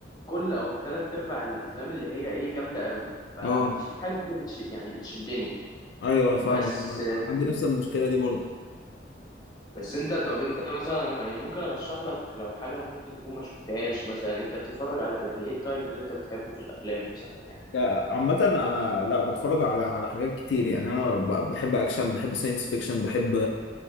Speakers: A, on the left; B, on the left.
A: كل او ثلاث ارباع الافلام اللي هي ايه جامده قوي فما
B: اه
A: فيش حاجه جديده بتش يعني بتشدني
B: ايوه انا فاهمك
A: بس
B: أنا عندي نفس المشكله دي برضه
A: بس انت طب انت مثلا أنا يعني ممكن ارشح لك لو حاجه ممكن تكون ما شفتهاش مثلا انت بتتفرج على يعني ايه التايب اللي انت بتحبه في الافلام مثلا يعني
B: لا، عامة أنا لا بتفرج على على حاجات كتير يعني أنا ب- بحب أكشن بحب ساينس فيكشن بحب